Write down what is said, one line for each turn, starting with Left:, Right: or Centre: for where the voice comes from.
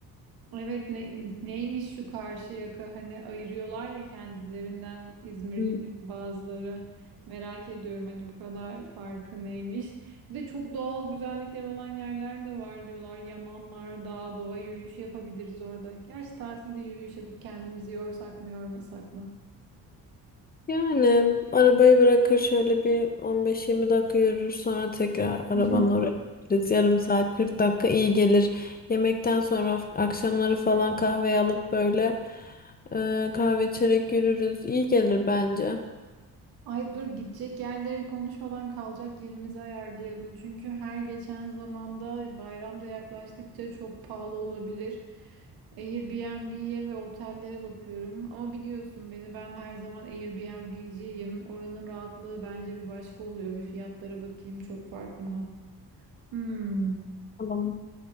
Right: Evet ne, neymiş şu Karşıyaka hani ayırıyorlar ya kendilerinden İzmirlilerin
Left: Hı.
Right: bazıları merak ediyorum hani bu kadar farkı neymiş. Bir de çok doğal güzellikleri olan yerler de var diyorlar. Yamanlar, dağ, doğa yürüyüşü yapabiliriz orada. Gerçi tatilde yürüyüş yapıp kendimizi yorsak mı yormasak mı?
Left: Yani arabayı bırakır şöyle bir 15-20 dakika yürür sonra tekrar arabanın
Right: <laughs>
Left: oraya gideriz. Yarım saat 40 dakika iyi gelir. Yemekten sonra akşamları falan kahve alıp böyle e, kahve içerek yürürüz. İyi gelir bence.
Right: Ay dur gidecek yerleri konuşmadan kalacak yerimizi ayarlayalım. Çünkü her geçen zamanda bayramda yaklaştıkça çok pahalı olabilir. Airbnb'ye ve otellere bakıyorum. Ama biliyorsun beni ben her zaman Airbnb'ciyim. Oranın rahatlığı bence bir başka oluyor. Bir fiyatlara bakayım çok farklı mı? Hmm.
Left: Tamam.